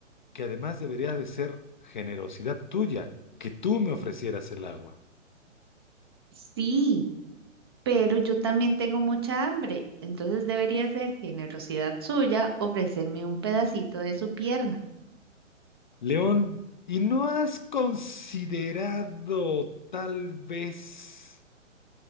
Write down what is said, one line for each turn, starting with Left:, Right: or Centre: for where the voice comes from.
Left: que además debería de ser generosidad tuya, que tú me ofrecieras el agua.
Right: Sí, pero yo también tengo mucha hambre, entonces debería ser generosidad suya ofrecerme un pedacito de su pierna.
Left: León, ¿y no has considerado tal vez